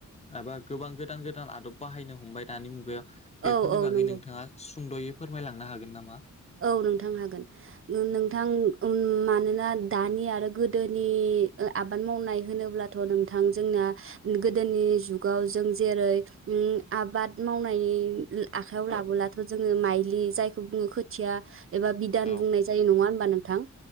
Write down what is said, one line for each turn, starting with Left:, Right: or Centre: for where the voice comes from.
Left: माबा गोबां गोदान गोदान आदब बाहायनो हमबाय दानि मुगायाव
Right: औ
Left: बेफोरनि
Right: औ
Left: बागै
Right: नंगौ
Left: नोंथाङा सुंद'यै फोरमायलांनो हागोन नामा?
Right: औ नोंथां हागोन। नो नोंथां ओम मानोना दानि आरो गोदोनि ओ आबाद मावनाय होनोब्लाथ' नोंथां जोंना गोदोनि जुगाव जों जेरै उम आबाद मावनायनि आखाइयाव लाबोलाथ' जोङो माइलि जायखौ बुङो <unintelligible> <unintelligible> एबा बिधान
Left: औ
Right: बुंनाय जायो नङा होनबा नोंथां